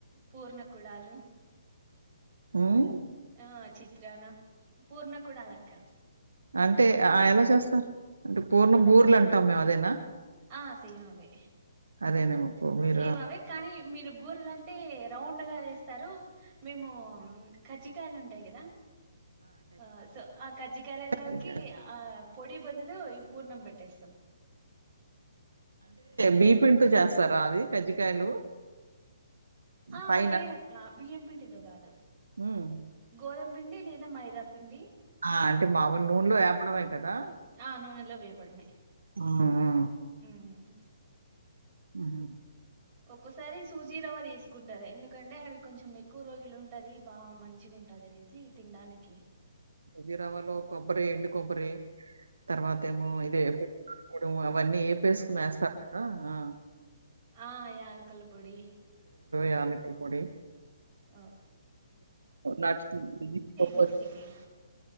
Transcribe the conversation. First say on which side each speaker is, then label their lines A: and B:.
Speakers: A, on the right (about 25°); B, on the right (about 85°).
A: పూర్ణ కుడాలు
B: ఉమ్
A: ఆ చిత్రానా పూర్ణ కూడా అలక్క
B: అంటే ఆ ఎలా చేస్తారు అంటే పూర్ణం
A: ఆ
B: బూర్లు అంటాం మేము అదైనా
A: ఆ సేమ్ అవే
B: అదేనేమో పూ మీరు
A: సేమ్ అవే కానీ మీరు బూరెలు అంటే రౌండ్ గా వేస్తారు మేము కజ్జికాయలు ఉంటాయి కదా ఆ సో ఆ కజ్జికయల్లోకి
B: కజ్జికాయలు.
A: ఆ పొడి బదులు ఈ పూర్ణం పెట్టేస్తాం
B: బీపిండి తో చేస్తారా అది కజ్జికాయలు
A: ఆ
B: పైన
A: లేదు అక్క బియ్యం పిడితో కాదు
B: ఉమ్.
A: గోధం పిండి లేదా మైదా పిండి
B: ఆ అంటే మామలు
A: ఆ
B: నూనెలో ఏపడమే కదా
A: ఆ, నూనెలో వేపడమే
B: ఆ ఆ
A: ఉమ్
B: ఊహు
A: ఒక్కసారి సూజీ రవ్వ తీసుకుంటారు ఎందుకంటే అవి కొంచెం ఎక్కువ రోజులు ఉంటుది బా మంచిగాంటుంది ద నెసి తింటానికి
B: జ రవ్వలు కొబ్బరి ఎండు కొబ్బరి తర్వాత ఏమో ఇది ఎ ఎప్పుడు వన్నీ ఎం వేసుకునేస్తారు ఊ
A: ఆహ్ యాలకల్ పొడి
B: యలకల పొడి
A: ఓ
B: నాకు జీడిపప్పు
A: మిక్సీకి